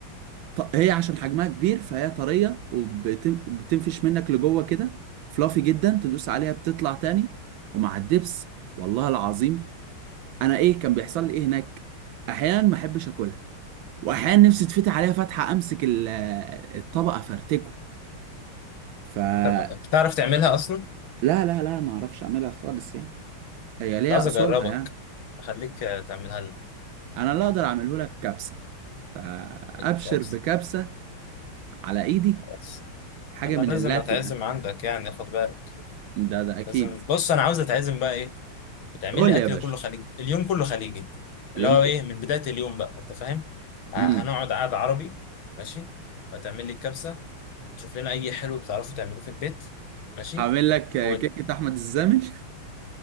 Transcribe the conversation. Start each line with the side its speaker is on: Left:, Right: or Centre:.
Right: ط- هي عشان حجمها كبير فهي طريه وبتن- وبتنفش منك لجوه كده فلافي جدا تدوس عليها بتطلع تاني ومع الدبس والله العظيم انا ايه كان بيحصل لي ايه هناك احيانا ما احبش اكلها واحيانا نفسي تفتح عليها فتحه امسك ال- آه، الطبق افرتكه فلا
Left: طب بتعرف تعملها أصلا؟ كنت
Right: لا لا لا ما اعرفش اعملها خالص يعني هي ليها
Left: عايز
Right: اصولها
Left: أجربك
Right: يعني
Left: أخليك آه، تعملها لنا
Right: انا لا اقدر اعمله لك كبسه فابشر
Left: الكبسة
Right: بكبسه على ايدي
Left: خلاص
Right: حاجه
Left: أنا
Right: من
Left: لازم
Right: اللاتي
Left: أتعزم
Right: يعني
Left: عندك يعني خد بالك
Right: ده ده اكيد
Left: لازم بص أنا عاوز أتعزم بقى إيه؟ بتعمل
Right: قول
Left: لي
Right: لي
Left: أكل
Right: يا باشا
Left: كله خليجي اليوم كله خليجي
Right: اليوم
Left: اللي هو
Right: كو-
Left: إيه من بداية اليوم بقى أنت فاهم؟ ه-
Right: امم
Left: هنقعد قعدة عربي ماشي؟ وتعمل لي الكبسة وتشوف لنا أي حلو بتعرفوا تعملوه في البيت ماشي؟
Right: هعمل لك كيكه
Left: و...
Right: احمد الزامل <laughs>